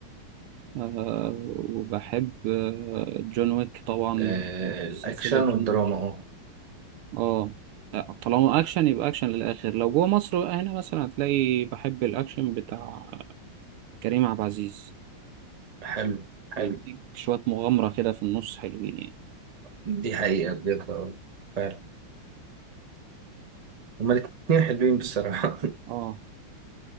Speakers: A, on the right; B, on the right.
A: آه وبحب آه جون ويك طبعا
B: آه، الأكشن
A: سلسلة جون
B: والدراما
A: ويك
B: أه
A: اه لا، طالما اكشن يبقى اكشن للاخر لو جوه مصر بقى هنا مثلا هتلاقي بحب الاكشن بتاع كريم عبد العزيز
B: حلو
A: بيديك
B: حلو
A: شوية مغامرة كده في النص حلوين يعني
B: دي حقيقة بجد اه فعلا هما الاتنين حلوين بصراحة
A: اه